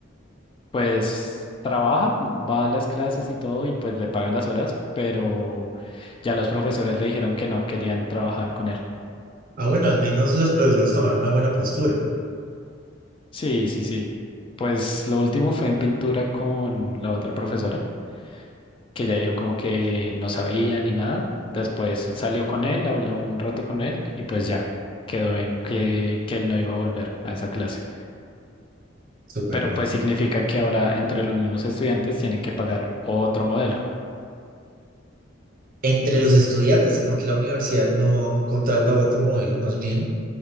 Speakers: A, on the left (about 25°); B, on the right (about 45°).
A: Pues trabaja, va a las clases y todo y pues le pagan las horas, pero ya los profesores le dijeron que no querían trabajar con él.
B: Ah, bueno, al menos los profesores tomaron una buena postura.
A: Sí, sí, sí. Pues lo último fue en pintura con la otra profesora, que ella dijo como que no sabía ni nada. Después salió con él, habló un rato con él y pues ya quedó en que, que él no iba a volver a esa clase.
B: Súper
A: Pero
B: bien.
A: pues significa que ahora entre los mismos estudiantes tienen que pagar otro modelo.
B: entre los estudiantes y porque la universidad no contrata otro modelo más bien